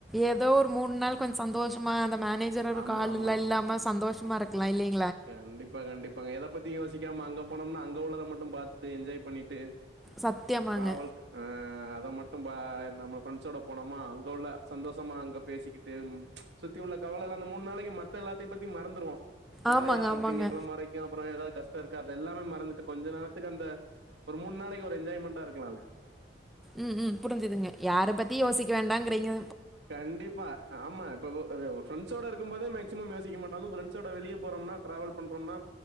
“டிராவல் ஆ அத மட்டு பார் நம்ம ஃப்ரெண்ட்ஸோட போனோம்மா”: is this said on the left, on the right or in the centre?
Right